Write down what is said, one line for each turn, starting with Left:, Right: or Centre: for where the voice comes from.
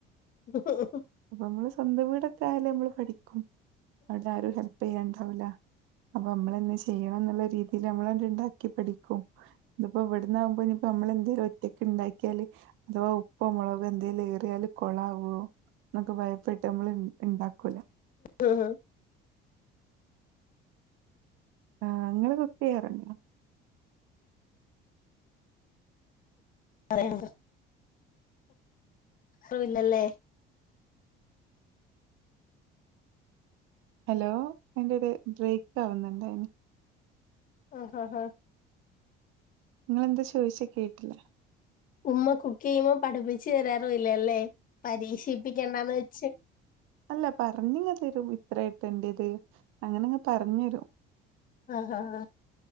Left: <unintelligible>
Right: അപ്പമ്മള്സ്വന്തംവീടൊക്കെയാല് നമ്മള്പഠിക്കുംഅവിടാരുംഹെല്പെ യ്യാണ്ടാവൂല. അപ്പനമ്മളെന്നേചെയ്യണന്ന്ള്ള രീതിയില്നമ്മളണ്ട്ണ്ടാക്കിപഠിക്കും. ഇത്പ്പോഇവിടന്ന്ന്നാവുമ്പോയിനിപ്പനമ്മളെന്തേലുംഒറ്റക്കിണ്ടാക്കിയാല് അഥവാഉപ്പോമൊളഗോഎന്തെങ്കിലേറിയാല്കൊളാവോ ന്നൊക്കെഭയപ്പെട്ട്നമ്മള്ണ്ടാക്കൂല
Left: ആഹ്
Right: ആഹ് ഇങ്ങള്കുക്കെയ്യാറുണ്ടോ?
Left: അതെ <unintelligible> ത്രോഇല്ലല്ലേ
Right: ഹലോഎന്റെടെബ്രേക്കാവുന്നുണ്ടെയ്ന്നു
Left: ആഹ്ആഹ്ആഹ്
Right: ഇങ്ങെന്താചോയിചേകേട്ടില
Left: ഉമ്മകുക്കെയ്യുമ്പോപഠിപ്പിച്ച് തരാറുല്ലല്ലേപരീക്ഷിപ്പിക്കണ്ടാന്ന് വെച്ച്.
Right: അല്ലപറഞ്ഞിങ്ങതരുംഇത്രേയിട്ടണ്ടത്അങ്ങനെങ്ങ്പറഞ്ഞെരും.
Left: ആഹ്ഹഹആ